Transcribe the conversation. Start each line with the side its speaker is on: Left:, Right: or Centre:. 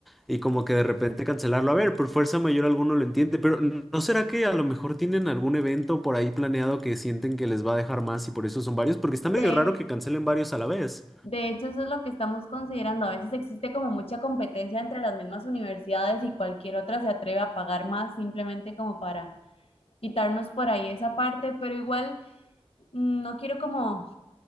Centre: y como que de repente cancelarlo. A ver, por fuerza mayor alguno lo entiende, pero ¿no será que a lo mejor tienen algún evento por ahí planeado que sienten que les va a dejar más y por eso son varios? Porque está medio
Left: De,
Centre: raro que cancelen varios a la vez.
Left: de hecho, eso es lo que estamos considerando. A veces existe como mucha competencia entre las mismas universidades y cualquier otra se atreve a pagar más simplemente como para quitarnos por ahí esa parte, pero igual mm, no quiero como